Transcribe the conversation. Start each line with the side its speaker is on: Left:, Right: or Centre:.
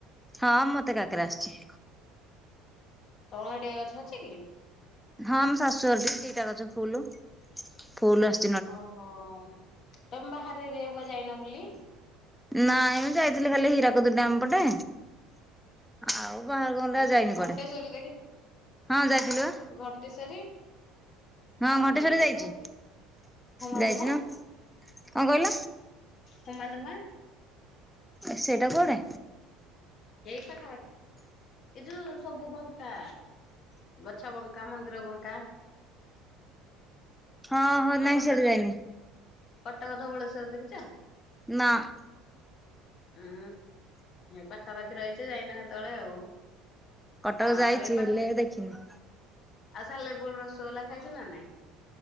Centre: ହଁ ମୋତେ କାକରା ଆସୁଛି
Left: ତମ ନଡିଆ ଗଛ ଅଛି କି?
Centre: ହଁ ମୋ ଶାଶୁଘରେ ଦିଟା ଗଛ ଫୁଲ ଫୁଲ ଆ-
Left: ଓହୋ ତମେ ବାହାର ଏରିଆକୁ ଯାଇନ ବୁଲି
Centre: ନାଇଁ ଯାଇଥିଲି ଖାଲି ହୀରାକୁଦ ଡ୍ୟାମ ପଟେ ଆଉ <unintelligible>
Left: ଉଁ
Centre: ଯାଇନି
Left: ଘଣ୍ଟେଶ୍ଵରୀ
Centre: କୁଆଡେ ହଁ ଯାଇଥିଲୁ ବା
Left: ଘଣ୍ଟେଶ୍ୱରୀ
Centre: ହଁ
Left: ଆଉ
Centre: ଘଣ୍ଟେଶ୍ଵରୀ
Left: ହୀରାକୁଦୁ
Centre: ଯାଇଛି
Left: ହୁମା
Centre: ଯାଇଛି
Left: ଧୁମା
Centre: ନା କଣ କହିଲ
Left: ହୁମା ଦୁମା
Centre: ସେଇଟା କୁଆଡେ
Left: ଏଇ ପାଖାପାଖି ଏଇ ଯୋଉ ସବୁ ବଙ୍କା ଗଛ ବଙ୍କା ମନ୍ଦିର ବଙ୍କା
Centre: ହଁ ହଁ
Left: ଆଉ
Centre: ନାଇଁ
Left: କଟକ
Centre: ସିଆଡେ ଯାଇନି
Left: କଟକ ଧବଳେଶ୍ଵର ଦେଖିଛ
Centre: ନା
Left: ହୁଁ ପାଖାପାଖି ରହିଛ ଯାଇନା କେତେବେଳେ ଆଉ
Centre: କଟକ
Left: ଆଉ
Centre: ଯାଇଛି
Left: ଏ ପାଖା
Centre: ହେଲେ ଦେଖିନି
Left: ଆଉ ସାଲେପୁର ରସଗୋଲା ଖାଇଛ ନା ନାଇଁ